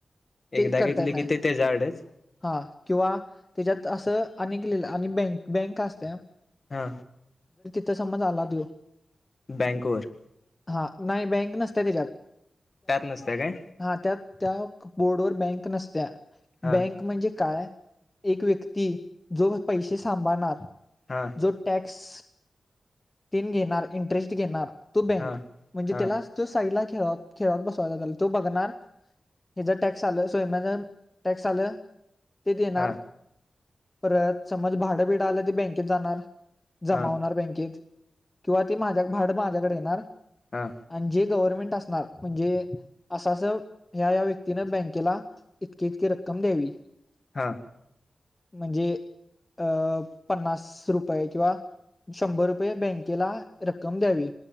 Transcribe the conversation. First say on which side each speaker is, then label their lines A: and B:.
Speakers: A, on the left (about 15°); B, on the left (about 35°).
A: ते
B: एकदा घेतली
A: करता येत
B: की
A: नाय
B: ते त्याच्याकडेच
A: हा किंवा त्याच्यात असं अनेक लिहिलं आणि बँक बँक असत्या
B: हा
A: त्या समज आला देऊ
B: बँक वर
A: हा नाही बँक नसत्या तेज्यांत
B: त्यात नसत्या काय
A: हा त्या त्या बोर्डवर बँक नसत्या
B: हां
A: बँक म्हणजे काय एक व्यक्ती जो पैसे सांभाळणार
B: हां
A: जो टॅक्स तीन घेणार इंटरेस्ट घेणार तो बँक
B: हा
A: म्हणजे
B: हा
A: त्याला तो साइड ला खेळत खेळत <unintelligible> बसवाात तो बघणार ह <unintelligible> जर टॅक्स आलं सोयम्या ज टॅक्स आलं ते देणार
B: हा
A: परत समज भाडंबिड आलं ते बँकेत जाणार जमा
B: हा
A: होणार बँकेत किंवा ते माझ्या भाड माझ्याकडे येणार
B: हा
A: आणि जे गवरमेंट असणार म्हणजे अस अस या या व्यक्तीनं बँक केला इतकी इतकी रक्कम संमदेवी <unintelligible>
B: हा
A: म्हणजे अ पन्नास रुपये किंवा शंभर- रुे <unintelligible> बँकेला रक्कम द्यावी